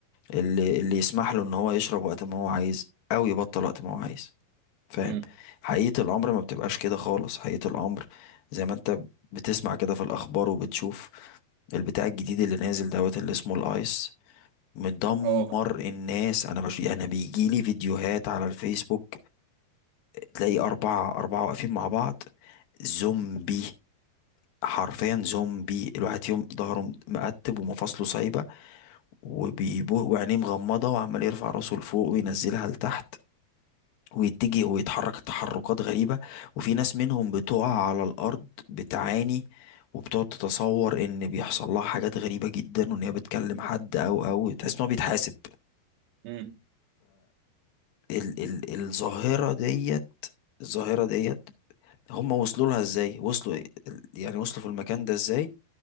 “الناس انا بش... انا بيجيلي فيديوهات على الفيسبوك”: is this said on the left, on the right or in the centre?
Left